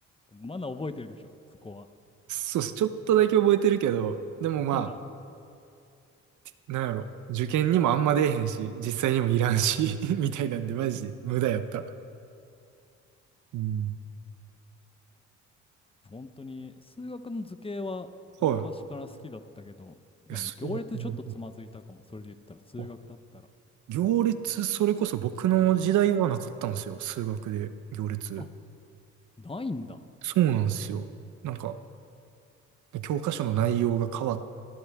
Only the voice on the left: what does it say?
まだ覚えてるでしょそこは。
<laughs> な
あ本当に数学の図形は昔から好きだったけど、
まあ、
でも行列ちょっとつまずいたかもそれで言ったら数学だったら。
あないんだ。